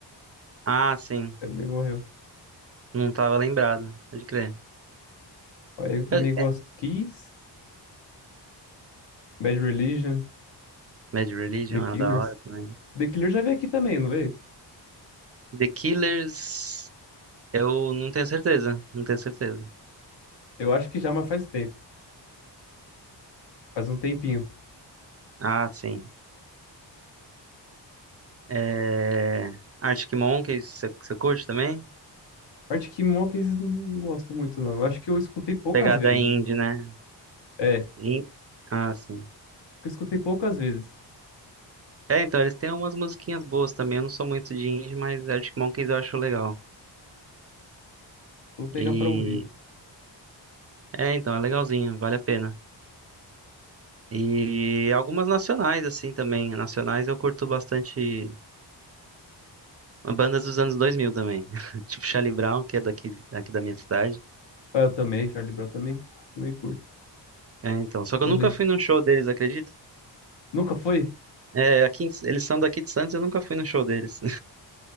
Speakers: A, on the right (about 35°); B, on the left (about 75°).
A: Ah, sim.
B: Também morreu.
A: Não tava lembrado, pode crer.
B: Ó, eu também
A: Eu-
B: gosto
A: é,
B: do Kiss, Bad Religion,
A: Bad Religion
B: The Killers.
A: é da hora também.
B: The Killers já veio aqui também, não veio?
A: The Killers, eu não tenho certeza, não tenho certeza.
B: Eu acho que já, mas faz tempo. Faz um tempinho.
A: Ah, sim. É... Arctic Monkeys, você você curte também?
B: Arctic Monkeys eu não gosto muito, não. Eu Acho que eu escutei poucas
A: Pegada
B: vezes.
A: indie, né?
B: É, acho
A: In- Ah, sim.
B: que eu escutei poucas vezes.
A: É, então, eles têm umas musiquinhas boas também. Eu não sou muito de indie, mas Arctic Monkeys eu acho legal.
B: Vou pegar
A: E
B: pra ouvir.
A: é, então, é legalzinho, vale a pena. E algumas nacionais, assim, também. Nacionais eu curto bastante bandas dos anos 2000 também. <laughs> Tipo Charlie Brown, que é daqui, daqui da minha cidade.
B: Ah, eu também, Charlie Brown também, também curto.
A: É, então. Só que
B: Não
A: eu nunca
B: legi-
A: fui num show deles, acredita?
B: Nunca foi?
A: É, aqui, em- eles são daqui de Santos, eu nunca fui no show deles.